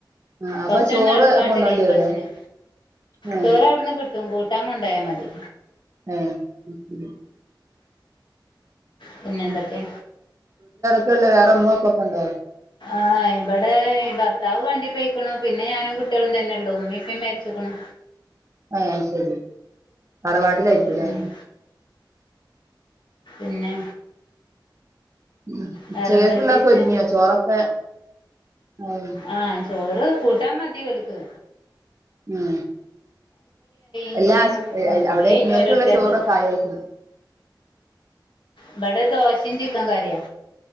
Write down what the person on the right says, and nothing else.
ആ അപ്പൊ
ചോറ്
കൊണ്ടോണ്ടി
വരൂലേ
ഏ
ആ ഉ ഉ
അതല്ല. വേറെ ഉമ്മ ഉപ്പ ഒക്കെയുണ്ടോ
ആ അത് ശരി. തറവാട്ടിലായിരിക്കൂലേ
ഉ ഉച്ച
കേക്കുള്ള
ഒക്കെ ഒരുങ്ങിയോ ചോറൊക്കെ ആയോ
ഉം
എല്ലാ അയില്
അവിടെ
നിങ്ങൾക്കുള്ള
ചോറൊക്കെ ആയോ ചോയ്ക്കാണ്.